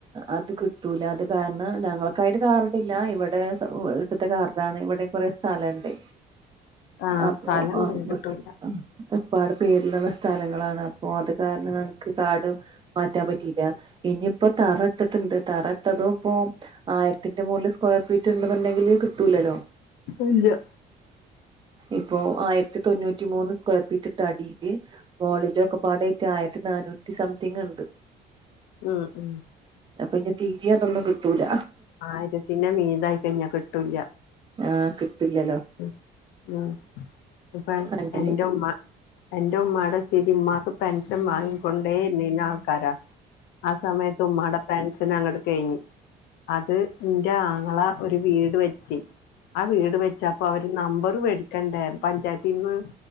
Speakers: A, on the right; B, on the left.
A: അത് കിട്ടൂല അത് കാരണം ഞങ്ങൾക്കായിട്ട് കാർഡില്ല ഇവിടെ, ഇവ്ടത്തെ കാർഡാണ് ഇവിടെ കുറെ സ്ഥലംണ്ട്
B: ആഹ്
A: അപ്പൊ
B: സ്ഥലം
A: ആഹ്
B: ഇണ്ടെങ്കി
A: ഇ
B: കിട്ടൂല
A: ഇപ്പാടെ പേരിലുള്ള സ്ഥലങ്ങളാണ് അപ്പൊ അത് കാരണം ഞങ്ങക്ക് കാർടും മാറ്റാൻ പ റ്റില്ല ഇനിയിപ്പോ തറ ഇട്ടിട്ട്ണ്ട് തറട്ടതും ഇപ്പോ ആയിരത്തിന്റെ മോളില് സ്ക്വയർ ഫീറ്റ് ഇണ്ടെന്നുണ്ടെങ്കില് കിട്ടൂലലോ.
B: ഇല്ല
A: ഇപ്പോ ആയിരത്തി തൊണ്ണൂറ്റി മൂന്ന് സ്ക്വയർ ഫീറ്റ്ട്ട് അടിയില് മോളിലൊക്ക പാടയ്റ്റ് ആയിരത്തി നാനൂറ്റി സംതിങ് ഇണ്ട്.
B: ഉം ഉം
A: അപ്പ ഇഞ്ഞ് തീരെ അതൊന്നും കിട്ടൂല.
B: ആയിരത്തിന്റെ മീതായി കഴിഞ്ഞാൽ കിട്ടൂല്ല.
A: ആ കിട്ടില്ലല്ലോ.
B: ഉം ഉം ഇപ്പഹ്
A: അങ്ങനെയിട്ട്
B: എന്റെ ഉമ്മ എന്റെ ഉമ്മാടെ സ്ഥിതി ഉമ്മാക്ക് പെൻഷൻ വാങ്ങിക്കൊണ്ടേ നീന കാര ആ സമയത്ത് ഉമ്മാടെ പെൻഷൻ അങ്ങട്ട് കഴിഞ്ഞ്. അത് ഇൻ്റെ ആങ്ങള ഒരു വീട് വെച്ച് ആ വീ ട് വെച്ചപ്പോ അവര് നമ്പർ വേടിക്കണ്ടേ പഞ്ചായത്തിന്ന്